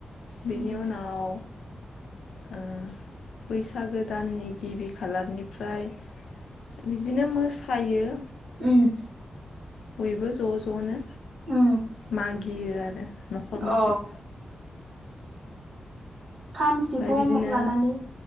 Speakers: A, on the left (about 85°); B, on the right (about 85°).
A: बेनि
B: उम
A: उनाव ओम बैसागो दाननि गिबि खालारनिफ्राय बिदिनो मोसायो
B: उम
A: बयबो ज' ज'नो
B: उम
A: मागियो आरो न'खर न'खर
B: अ खाम सिफुं
A: ओमफ्राय बिदिनो
B: लानानै